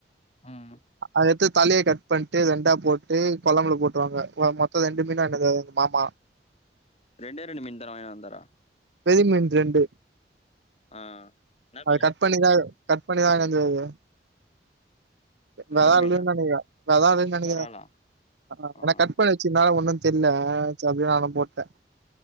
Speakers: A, on the left; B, on the right.
A: ம்
B: அத எடுத்து தலைய கட் பண்ட்டு ரெண்டா போட்டு கொழம்புல போட்ருவாங்க மொத்தோ ரெண்டு மீனா என்னது மாமா
A: ரெண்டே ரெண்டு மீன்தான வாங்கி வந்தாறா
B: பெரியமீன் ரெண்டு
A: ஆ என்னா
B: அத
A: மீனு
B: கட் பண்ணிதா கட் பண்ணிதா வாங்கினு வந்தாரு
A: என்னா
B: நல்லா இருந்ததுன்
A: மீனு
B: நெனைக்கற நல்லா இல்லைன் நெனைக்கற
A: வெறாலா
B: அ
A: ஆ
B: நா கட் பண்ணியாச்சு நா ஒண்ணு செரில சரி அப்டியே நானு போட்ட